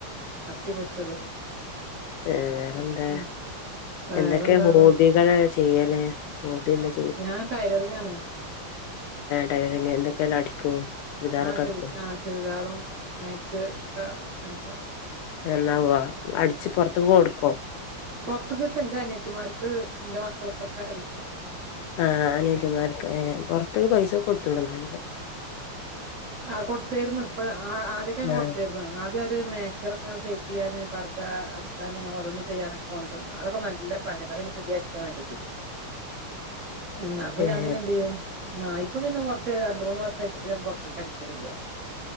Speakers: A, on the right (about 40°); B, on the left (about 85°).
A: മത്തി പൊരിച്ചതും
B: ആഹ വേറെന്താ.
A: ആഹ് വേറെന്താണ്
B: എന്തൊക്കെയ ഹോബികള് ചെയ്യല്ഹോബിന്ന്..
A: ഞാൻ ടൈലറിംഗ് ആണ്.
B: ടൈലറിംഗ് എന്തൊക്കെ അടിക്കും. ചുരിദാറൊക്കെ
A: ആഹ് ചരി
B: അടിക്കോ
A: ആഹ് ചുരിദാർ മാക്സി ഒക്ക അടിക്കു.
B: ന്നാവാ അടിച്ച് പുറത്തേക്ക് കൊടുക്കും.
A: പോർത്തുക്കെ എന്റെ അനിയത്തിമാർക്ക് എന്റെ മക്കൾക്കൊക്കെ അടിക്കും.
B: ആഹ അനിയതിമാർക്ക് ഏ പുറത്ത് പൈസ കൊടുത്ത വിടുന്നല്ലേ..
A: ആഹ കൊടുത്തായിരുന്നു ഇപ്പൊ ആദ്യക്ക ഞ കൊടുത്തരുന്നു..
B: ആഹ്
A: <unintelligible> മാക്സികൾ ഒകെ ഷൈപ്പ് ചെയ്യാന്. പർദ്ധ അടിക്കാും ഓരോന്ന് ചെയ്യാനൊക്കെ കൊണ്ട് രും അതൊക്കെ നല്ല പണിയന്ന പിന്നെ പുതിയത് അടിക്കാൻ നല്ലത്. ഉം അപ്പൊ
B: ഏഹ്
A: ഞാൻ പിന്നെ എന്ത് ചെയ്യും. ആഹ് ഇപ്പൊ പിന്നെ കൊറച്ച് രണ്ട മൂന്ന് വർഷമായിട്ട് ഇപ്പ ഞാൻ പുറത്ത്ക്ക് അടിക്കൽ ഇല്ല.